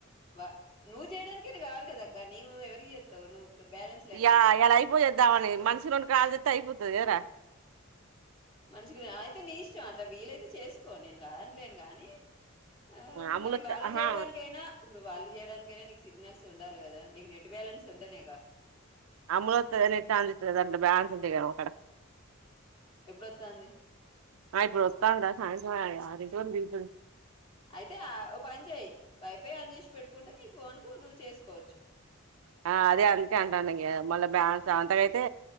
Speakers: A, on the left (about 25°); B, on the right (about 80°).
A: వా నువ్వుయడానికైన కావాల కదా అక్క నీవు ఎవరికి చేత్తావు నువ్వు బ్యాలెన్స్ లేకుండా
B: యా ఇయాల అయిపోయేజేద్దామని మనస్ రొండు కాల్ జేత్తే అయిపోతది కదరా
A: మనిష క అయితే నీ ఇష్టం అక్క వీలైతే చేసుకో నేను కాదంలేను గానీ ఆ
B: అమూల్
A: మరి
B: వత్తే
A: వాళ్ళు
B: ఆహా
A: చేయడానికైనా ఇప్పుడు వాళ్ళు చేయడానికి అయినా నీకు సిగ్నల్స్ ఉండాలి కదా నీకు నెట్ బాలెన్స్ ఉంటనేగా
B: అమ్ములు వత్తాది కదా నెట్ ఆన్ చేత్తాది కదా దాంట్లో బ్యాలే ఉంటే కదా ఆమకాడ
A: ఎప్పుడొత్తాంది
B: అ ఇప్పుడొత్తాండ సాయం <unintelligible>
A: అయితే ఓ పని చేయ్ వైఫై అన్ చేసి పెట్టుకుంటే నీ ఫోన్ కు నువ్వు చేసుకోవచ్చు
B: ఆ అదే అందుకే అంటానుద మళ్ళా బ్యాలెన్స్ అంతకైతే